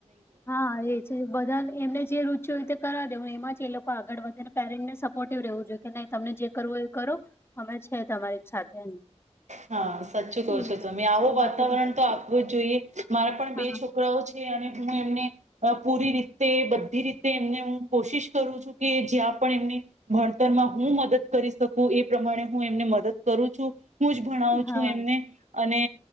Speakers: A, on the left; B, on the right.
A: હા એ છે બધા એમને જે રુ જો રીતે કરાવા દેવુ એમાં જ એ લોકો આગળ વધે ને પેરેન્ટને સપોર્ટિવ રહેેવું જોઈએ કે નઈ તમને જે કરવું હો એ કરો, અમે છે તમારી સાથે એમ.
B: હા સાચું કહો
A: એ
B: છો
A: છે
B: તમે
A: હમણાં
B: આવું વાતાવરણ તો આપવું જ જોઈએ. મારા પણ
A: હા
B: બે છોકરાઓ છે અને હું એમને, અ પૂરી રીતે બધી રીતે એમને હું કોશિશ કરું છું કે જ્યાં પણ એમની, ભણતરમાં હું મદદ કરી શકું એ પ્રમાણે હું એમને મદદ કરું છું. હું જ ભણાવું
A: હા
B: છું એમને અને